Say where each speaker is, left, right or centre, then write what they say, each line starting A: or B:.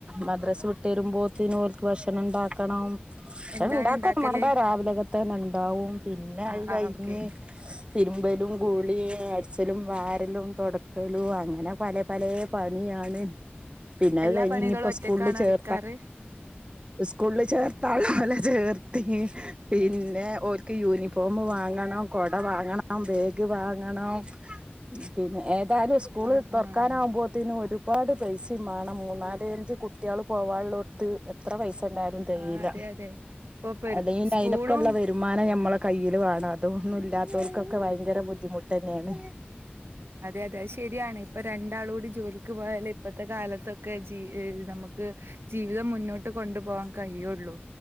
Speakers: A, on the right; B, on the right.
A: മദ്രസ് വി ട്ട് വരുമ്പോത്തിന് ഓൽക്ക് ഭക്ഷണം ഇണ്ടാക്കണം ഭക്ഷണം
B: എന്താണ്
A: ഇണ്ടാ
B: ഇണ്ടാക്കല്
A: കൊന്നും വാണ്ടാ രാവിലെക്ക ത്തന്ന ഇണ്ടാവും പിന്നെ
B: ആഹ്
A: അത് കഴിഞ്ഞ്
B: ആഹ് ഓക്കെ
A: തിര്മ്പലും കുളിം അടിച്ചലും വാരലും തൊടക്കലും അങ്ങന പല പലേ പണിയാണ് പിന്നെ അത്
B: എല്ലാ
A: കഴിഞ്ഞ്
B: പണികളും
A: ഇഞ്പ്പോ
B: ഒറ്റക്കാണോ
A: സ്കൂൾ ചേർ
B: എടുക്കാറ്
A: സ്കൂള്ള് ചേർത്താള്ളൊല്ലേ ചേർത്തി പിന്നെ ഓ ക്ക് യൂനിഫോം വാങ്ങണം കൊട വാങ്ങണം ബേഗ് വാങ്ങണം പിന്നെ ഏതാലും സ്കൂള്
B: ഉം
A: തൊറക്കാനാവുമ്പോത്തിനും
B: ഉം
A: ഒരു പാട് പൈസിം മാണം മൂന്നാല് അഞ്ച് കുട്ടേൾ പോവാ ഇള്ളോട്ത്ത് എത്ര പൈസ ഇണ്ടാ തയീല
B: ആഹ് അതെ അതെ ഇപ്പൊ പെര്
A: അല്ലങ്കി പിന്നേ
B: സ്കൂളും
A: അയ്നൊക്ക ളളവരു മാനം ഞമ്മള കയ്യിൽ വാണം അതൊന്നും ഇല്ലാത്തോർക്കൊക്കേ ഭയങ്കര ബുദ്ധിമുട്ടന്നേണ്
B: അതെ അതെ അത് ശരിയാണ് ഇപ്പ രണ്ടാളൂടി ജോലിക്ക് പോയാലേ ഇപ്പത്തെ കാലത്തൊ ക്ക ജീ നമ്മക്ക് ജീവിതം മുന്നോ ട്ട് കൊണ്ടു പോവാൻ കഴിയൊള്ളൂ